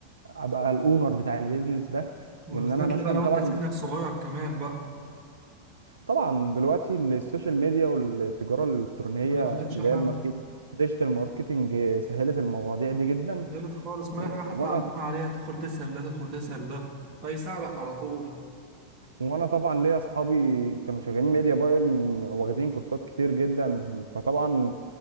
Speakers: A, on the right; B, on the right.
A: ابقى الاونر بتاع البيزنس ده
B: وبالذات
A: وان انا مثلا
B: لا بقى لو
A: طبعا
B: انت سنك صغير كمان بقى
A: طبعا دلوقتي السوشيال ميديا والتجارة الإلكترونية
B: ما خلتش
A: اللي
B: حاجة
A: هي الماركت ديجيتال ماركتنج سهلت المواضيع دي جدا
B: سهلت خالص كمان
A: و-
B: أي حاجة حتى
A: وانا
B: على طول عليها تدخل تسأل ده تدخل تسأل ده هيساعدك على طول
A: وانا طبعا ليا اصحابي كانوا شغالين ميديا باين واخدين كورسات كتير جدا فطبعا